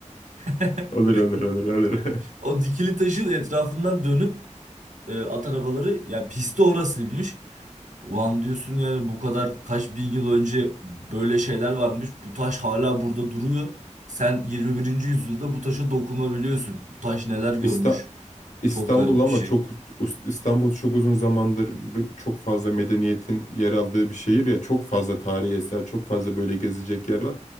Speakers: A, on the right; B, on the left.
A: <laughs>
B: Olur olur olur olur. <laughs>
A: O dikili taşın etrafından dönüp e, at arabaları yani pisti orasıymış. Ulan diyorsun yani bu kadar kaç bin yıl önce böyle şeyler varmış. Bu taş hala burada duruyor. Sen 21. yüzyılda bu taşa dokunabiliyorsun. Bu taş neler görmüş.
B: İsta- İstanbul
A: Çok garip
B: ama
A: bir şey.
B: çok İstanbul çok uzun zamandır b- çok fazla medeniyetin yer aldığı bir şehir ya çok fazla tarihi eser çok fazla böyle gezecek yer var.